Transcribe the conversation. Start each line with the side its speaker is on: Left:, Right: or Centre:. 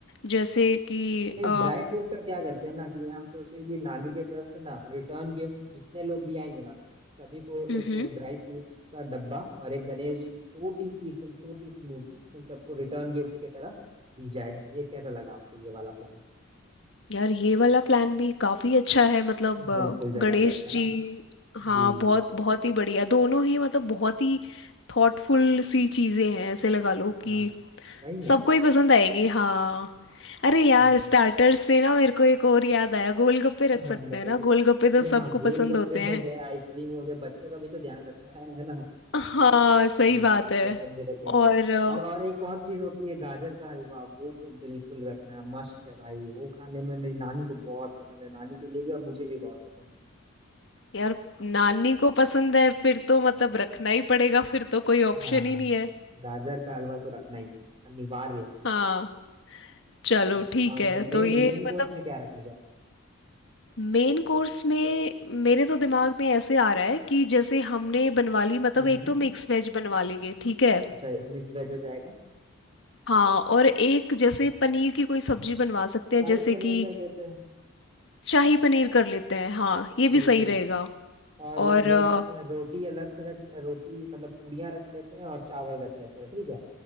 Left: जैसे कि
Right: नहीं
Left: अ
Right: ड्राई फ्रूट का क्या करते हैं ना कि हम सोचे कि नानी के तरफ से ना रिटर्न गिफ्ट जितने लोग भी आएंगे ना सभी को
Left: हम्म
Right: एक ड्राई फ्रूट्स का डब्बा और एक गणेश जी की छोटी सी एकदम छोटी सी मूर्ति उन सबको रिटर्न गिफ्ट की तरह दी जाए ये कैसा लगा आपको ये वाला प्लान
Left: यार ये वाला प्लान भी काफी अच्छा है मतलब अ,
Right: बिल्कुल जबरदस्त
Left: गणेश
Right: है
Left: जी
Right: ना
Left: हाँ
Right: जी
Left: बहुत बहुत ही बढ़िया दोनों ही मतलब बहुत ही थॉटफुल सी चीजें हैं ऐसे लगा लो
Right: हाँ
Left: कि
Right: वही ना
Left: सबको ही पसंद आएगी हाँ अरे यार
Right: हम्म,
Left: स्टार्टर्स से ना मेरे को एक और याद आया गोलगप्पे रख
Right: हाँ हाँ
Left: सकते
Right: बताइए
Left: हैं ना गोलगप्पे तो
Right: अरे
Left: सबको
Right: हाँ गोलगप्पे
Left: पसंद होते हैं
Right: हो गए आइसक्रीम हो गए बच्चों का भी तो ध्यान रखना है है ना
Left: हाँ सही
Right: हम्म,
Left: बात है
Right: ये सब भी रखेंगे
Left: और अ,
Right: और और एक और चीज होती है गाजर का हलवा वो तो बिल्कुल रखना है मस्ट है भाई वो खाने में मेरी नानी को बहुत पसंद है नानी के लिए भी और मुझे भी बहुत पसंद है
Left: यार नानी को पसंद है फिर तो मतलब रखना ही पड़ेगा फिर तो कोई ऑप्शन
Right: हाँ
Left: ही नहीं है
Right: गाजर का हलवा तो रखना ही है अनिवार्य है
Left: हाँ
Right: अच्छा
Left: चलो ठीक
Right: और
Left: है
Right: मेन
Left: तो ये
Right: मेन कोर्स
Left: मतलब
Right: में क्या रखा जाए
Left: मेन कोर्स में मेरे तो दिमाग में ऐसे आ रहा है कि जैसे हमने बनवा ली मतलब
Right: हम्म
Left: एक तो मिक्स वेज बनवा लेंगे ठीक है
Right: अच्छा एक मिक्स वेज हो जाएगा
Left: हाँ और एक जैसे पनीर की कोई सब्जी बनवा सकते
Right: शाही
Left: हैं जैसे
Right: पनीर
Left: कि
Right: कर देते हैं
Left: शाही पनीर कर लेते हैं हाँ ये भी
Right: बिल्कुल
Left: सही रहेगा
Right: और
Left: और
Right: रो,
Left: अ,
Right: रोटी अलग से रख रोटी मतलब पूड़ियाँ रख लेते हैं और चावल रख लेते हैं ठीक है